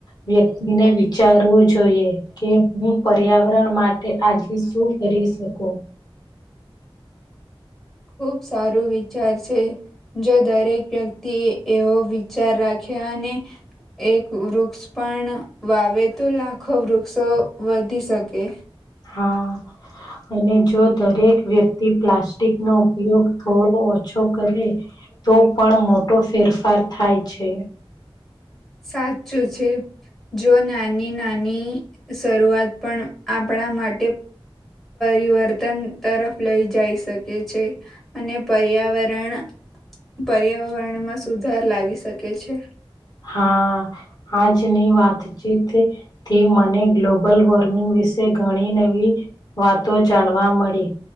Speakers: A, on the left (about 45°); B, in the centre.
A: વ્યક્તિને વિચારવું જોઈએ કે હું પર્યાવરણ માટે આજે શું કરી શકું.
B: ખુબ સારું વિચાર છે. જો દરેક વ્યક્તિ એ એવો વિચાર રાખે અને. એક વૃક્ષ પણ વાવે તો લાખો વૃક્ષો વધી શકે.
A: હા અને જો દરેક વ્ય ક્તિ પલાસ્ટિક નો ઉપયોગ થોડો ઓછો કરે તો પણ મોટો ફેર ફાર થાય છે.
B: સાચું છે. જો નાની નાની શરૂઆત પણ આપણા માટે પરિવર્તન તરફ લઈ જઈ શકે છે. અને પર્યાવરણ પર્યાવરણમાં સુધાર લાવી શકે છે.
A: હા આજની વાતચીત થી મને ગ્લોબલ વોર્મિંગ વિશે ઘણી નવી વાતો જાણવા મળી